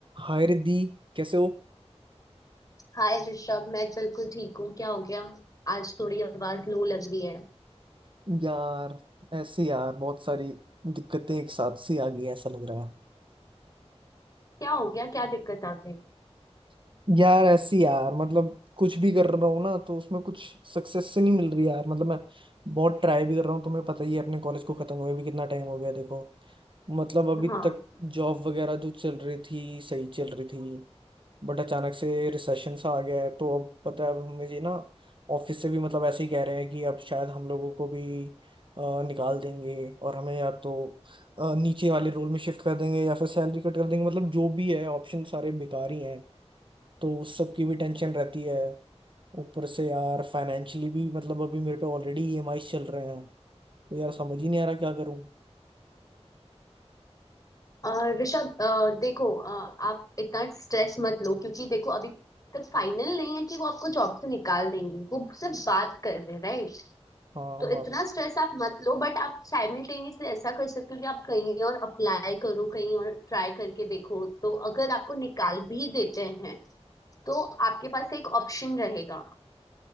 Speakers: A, on the right; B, on the left.
A: हाय रिद्धि कैसे हो
B: हाय ऋषभ मैं बिल्कुल ठीक हूँ क्या हो गया आज थोड़ी आवाज लो लग रही है
A: यार ऐसी यार बहुत सारी दिक्कतें एक साथ सी आ गई हैं, ऐसा लग रहा है
B: क्या हो गया क्या दिक्कत आ गई
A: यार ऐसी यार मतलब कुछ भी कर रहा हूँ ना तो उसमें कुछ सक्सेस से नहीं मिल रही यार मतलब मैं बहुत ट्राई भी कर रहा हूँ तुम्हें पता ही है अपने कॉलेज को खत्म हुए भी कितना टाइम हो गया देखो मतलब अभी
B: हाँ
A: तक जॉब वगैरह जो चल रही थी सही चल रही थी बट अचानक से रिसेशन सा आ गया है तो अब पता है अब हमें ये ना ऑफिस से भी मतलब ऐसे ही कह रहे हैं कि अब शायद हम लोगों को भी अ, निकाल देंगे और हमें या तो अ, नीचे वाले रोल में शिफ्ट कर देंगे या फिर सैलरी कट कर देंगे मतलब जो भी है ऑप्शन सारे बेकार ही हैं तो उस सब की भी टेंशन रहती है ऊपर से यार फाइनेंशियली भी मतलब अभी मेरे पे ऑलरेडी ईएमआई चल रहे हैं तो यार समझ ही नहीं आ रहा क्या करूं
B: अ, ऋषभ अ, देखो अ, आप इतना स्ट्रेस मत लो क्योंकि देखो अभी तक फाइनल नहीं है कि वो आपको जॉब से निकाल देंगे वो सिर्फ बात कर रहे हैं राइट
A: हाँ
B: तो
A: बात
B: इतना स्ट्रेस आप मत लो बट आप साइमल्टेनियसली ऐसा कर सकते हो कि आप कहीं और अप्लाई करो कहीं और ट्राई करके देखो तो अगर आपको निकाल भी देते हैं तो आपके पास एक ऑप्शन रहेगा